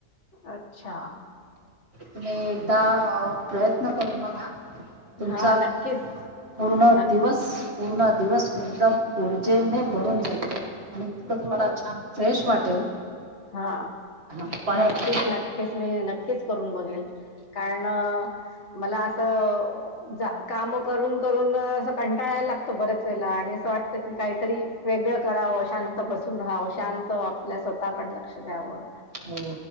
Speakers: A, on the left; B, on the right.
A: अच्छा!
B: तुम्ही एकदा
A: बरं.
B: प्रयत्न करून बघा. तुमचा
A: हा नक्कीच
B: पूर्ण
A: हा नक्
B: दिवस पूर्ण दिवस एकदम ऊर्जेने भरून जायच आणि इतकं तुम्हाला
A: बर
B: छान फ्रेश वाटेल.
A: हा
B: हा पण
A: नक्कीच
B: एक
A: नक्कीच मी नक्कीच करून बघेल. कारण मला आता काम करून करून असं कंटाळायला लागत. बर्याच वेळे ला आणि असं वाटत की काहीतरी वेगळं करावं शांत बसून राहावं शांत आपल्या स्वतःकडे लक्ष द्यावं.
B: हो